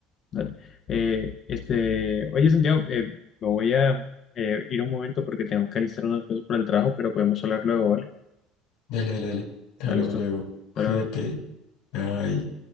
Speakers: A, on the left; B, on the left.
A: dale. Eh, este, oye, Santiago, eh, me voy a eh, ir un momento porque tengo que alistar unas cosas para el trabajo, pero podemos hablar luego, ¿vale?
B: Dale, dale, dale. Hablamos
A: Dale, listo.
B: luego. Cuídate.
A: Hasta luego.
B: Bye.